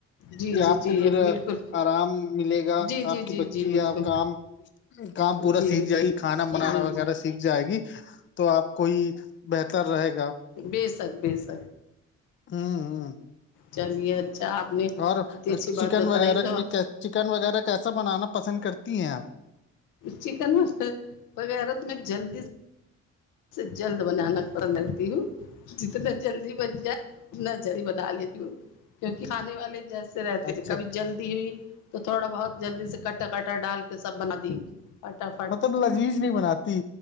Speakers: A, on the left (about 85°); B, on the left (about 40°).
A: جی
B: کہ
A: جی
B: آپ
A: جی
B: کو پھر
A: بالکل
B: آرام ملے گا
A: جی جی
B: آپ کی
A: جی
B: بچی
A: جی بالکل
B: یا کام کام پورا
A: جی
B: سیکھ جائیے کھانا
A: جی
B: بنانا
A: جی
B: وغیرہ سیکھ جائے گی تو آپ کو ہی بہتر رہے گا
A: بے سک بیے سک
B: ہوں ہ
A: چلیے اچھا آپ نے
B: اور
A: اتنی اچھی
B: چکن
A: بات بتائی
B: وغیرہ
A: تو
B: میں چکن وغیرہ کیسا بنانا پسند کرتی ہیں آپ
A: چکن وغیرہ تم جلدی سے اس سے جلد بنانا پر لگتی ہوں جتنا جلدی بن جائے اتنا جر ہی بنا لیتی ہوں کیونکہ کھے والے جیسے رہتے
B: اچھا
A: تھے کبھی جلد ہوئی تو تھوڑا بہت جلدی سے کٹا کٹر ڈال کے سب بنا دی فٹافٹ
B: مطلب لذیذ نہیں بناتی